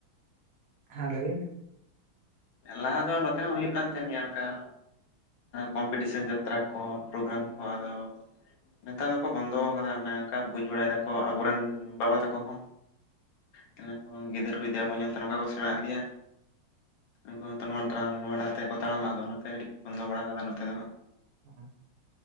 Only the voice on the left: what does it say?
ᱞᱟᱦᱟ ᱫᱚ ᱱᱚᱛᱮ ᱦᱚᱸ ᱦᱩᱭᱩᱜ ᱠᱟᱱ ᱛᱟᱦᱮᱸᱱ ᱜᱮᱭᱟ ᱚᱱᱠᱟ ᱠᱚᱢᱯᱤᱴᱤᱥᱮᱱ ᱡᱟᱛᱨᱟ᱾ ᱠᱚ ᱯᱨᱳᱜᱨᱟᱢ ᱠᱚ ᱟᱫᱚ ᱱᱮᱛᱟᱨ ᱫᱚᱠᱚ ᱵᱚᱱᱫᱚ ᱟᱠᱟᱫᱟ᱾ ᱚᱱᱮ ᱚᱱᱠᱟ ᱵᱩᱡ ᱵᱟᱲᱟᱭ ᱫᱟᱠᱚ ᱟᱵᱚᱨᱮᱱ ᱵᱟᱵᱟ ᱛᱟᱠᱚ ᱦᱚᱸ᱾ ᱛᱟᱦᱚᱞᱮ‌ ᱠᱚ ᱜᱤᱫᱟᱹᱨ ᱵᱤᱫᱟᱹᱨ ᱠᱚ ᱟᱵᱚᱱ ᱧᱮᱞᱛᱮ ᱱᱚᱝᱠᱟ ᱠᱚ ᱥᱮᱬᱟ ᱤᱫᱤᱭᱟ᱾ ᱩᱱᱠᱩ ᱦᱚᱸᱛᱚ ᱱᱚᱣᱟ ᱰᱟᱦᱟᱨ ᱛᱮ ᱠᱚ ᱛᱟᱲᱟᱢᱟ᱾ ᱚᱱᱟᱛᱮ ᱠᱟᱹᱴᱤᱡ ᱠᱚ ᱵᱚᱱᱫᱚ ᱵᱟᱲᱟ ᱠᱟᱫᱟ ᱱᱚᱛᱮ ᱫᱚ ᱦᱟᱜ᱾